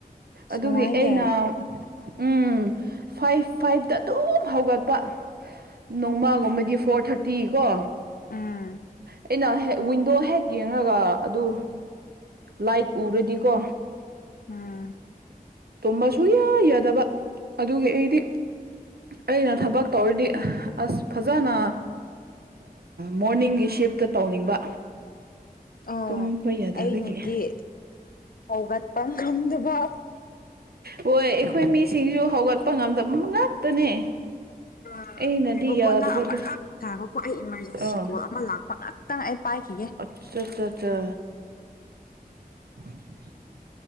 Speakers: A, on the left (about 65°); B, on the right (about 85°).
A: ꯑꯁ
B: ꯑꯗꯨꯒꯤ
A: ꯅꯨꯡꯉꯥꯏꯅꯦ
B: ꯑꯩꯅ ꯎꯝ ꯐꯥꯏꯚ ꯐꯥꯏꯚꯇ ꯑꯗꯨꯝ ꯍꯧꯒꯠꯄ ꯅꯣꯡꯃꯒꯨꯝꯕꯗꯤ ꯐꯣꯔ ꯊꯥꯔꯇꯤ ꯀꯣ
A: ꯎꯝ
B: ꯑꯩꯅ ꯍꯦꯛ ꯋꯤꯟꯗꯣ ꯍꯦꯛ ꯌꯦꯡꯉꯒ ꯑꯗꯨ ꯂꯥꯏꯠ ꯎꯔꯗꯤꯀꯣ
A: ꯎꯝ
B: ꯇꯨꯝꯝꯕ ꯁꯨꯛꯌꯥ ꯌꯥꯗꯕ ꯑꯗꯨꯒꯤ ꯑꯩꯗꯤ ꯑꯩꯅ ꯊꯕꯛ ꯇꯧꯔꯗꯤ ꯑꯁ ꯐꯖꯅ ꯃꯣꯔꯅꯤꯡꯒꯤ ꯁꯤꯞꯇ ꯇꯧꯅꯤꯡꯕ
A: ꯑꯣ
B: ꯇꯨꯝꯕ ꯌꯥꯗꯕꯒꯤ
A: ꯑꯩꯅꯗꯤ ꯍꯧꯒꯠꯄ ꯉꯝꯗꯕ
B: ꯍꯣꯏ ꯑꯩꯈꯣꯏ ꯃꯤꯁꯤꯡꯁꯨ ꯍꯧꯒꯠꯄ ꯉꯝꯗꯕ ꯉꯥꯛꯇꯅꯦ
A: ꯑ
B: ꯑꯩꯅꯗꯤ
A: ꯌꯥꯦꯈꯣꯀꯣ
B: ꯌꯥꯗꯕꯗꯨ
A: ꯅꯪ ꯑꯃꯔꯥꯛ ꯇꯥꯔꯦꯈꯣꯀꯣ ꯑꯩ ꯏꯃꯥꯔꯖꯦꯟꯁꯤ
B: ꯑꯥ
A: ꯀꯣꯜ ꯑꯃ ꯂꯥꯛꯄ ꯉꯍꯥꯛꯇꯪ ꯑꯩ ꯄꯥꯏꯈꯤꯒꯦ
B: ꯆꯠ ꯆ ꯆ <unintelligible>